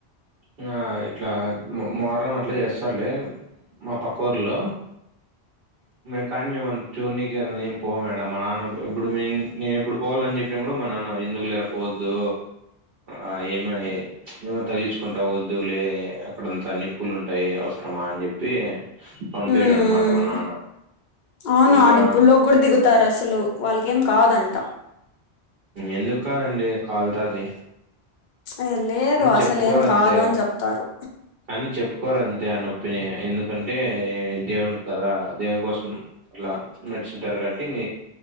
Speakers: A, on the right; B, on the left.
A: ఇంగా ఇట్లా మో మొహర్రం అట్ల చేస్తారులే మా పక్కఊర్లో మేం కానీ మేమ చూన్నీకే మేం పోవడం మా నాన్న ఎప్పుడు ఏం నేనెప్పుడు పోవాలని చెప్పిన కూడ మా నాన్న ఎందుకు లేర పోవద్దు ఆ ఏమని తగిలిచ్చుకుంటవ్ ఎందుకులే పోవద్దులే అక్కడంతా అన్ని పుల్లుంటయి అవసరమా అని చెప్పి పంపియడన్మాట
B: మ్మ్
A: మా నాన్న
B: అవును
A: ఇంకా
B: ఆ నిప్పుల్లో <unintelligible> అసలు వాళ్ళకేం కాదంట
A: ఎందుకు కాదండి కాల్తది
B: ఏ లేదు అసలేం
A: చెప్పుకోరు అంతే
B: కాదు అని చెప్తారు
A: కానీ చెప్పుకోరంతే ఆ నొప్పిని ఎందుకంటే దేవునికి కదా దేవుని కోసం అట్లా నడుచుంటారు కాబట్టి